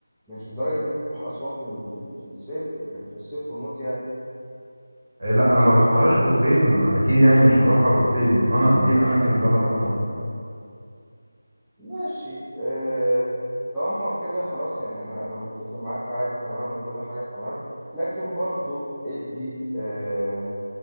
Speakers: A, in the centre; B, on the right.
A: مش لدرجه ان انت تروح اسوان في ال- في ال- في الصيف في, في الصيف والموت يعني
B: لا انا ما رحتهاش في الصيف انا اكيد يعني مش هروحها في الصيف بس انا دي الاماكن اللي انا رحتها
A: ماشي آه طالما كده خلاص يعني انا انا متفق معاك عادي تمام وكل حاجه تمام لكن برضو ادي آه،